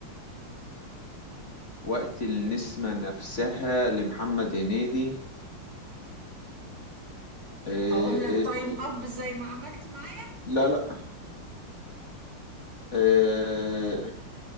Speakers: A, on the left; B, on the right.
A: وقت النسمة نفسها لمحمد هنيدي إيه،
B: اقول لك
A: إيه،
B: تايم اب زي ما عملت معايا
A: لا لا آه،